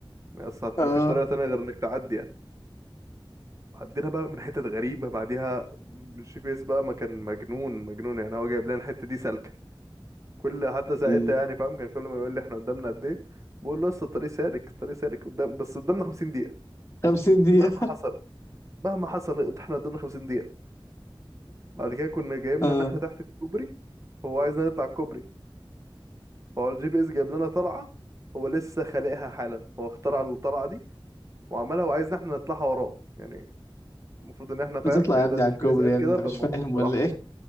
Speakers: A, on the right (about 35°); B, on the left (about 30°).
A: بس هت-
B: اه
A: مفيش طريقة تانية غير انك تعدي يعني عدينا بقى من حتت غريبة بعديها الجي بي اس بقى ما كان مجنون مجنون يعني هو جايب لنا الحتة دي سالكة كل حتى ساعتها
B: امم
A: يعني فاهم كان كل ما يقول لي احنا قدامنا قد ايه بقول له لسه الطريق سالك الطريق سالك قدام بس قدامنا 50 دقيقة
B: 50 دقيقة
A: مهما حصل مهما حصل احنا قدامنا 50 دقيقة بعد كده كنا جايبنا
B: اه
A: ان احنا تحت الكوبري فهو عايزنا نطلع الكوبري فهو الجي بي اس جايب لنا طلعة هو لسه خالقها حالا هو اخترع الطلعة دي وعملها وعايزنا احنا نطلعها وراه يعني المفروض ان احنا فاهم
B: بتطلع
A: ايه
B: يا ابني
A: ده الجي
B: على الكوبري
A: بي اس قال
B: يا
A: كده
B: ابني انت
A: فالمفروض
B: مش فاهم ولا
A: راح
B: ايه؟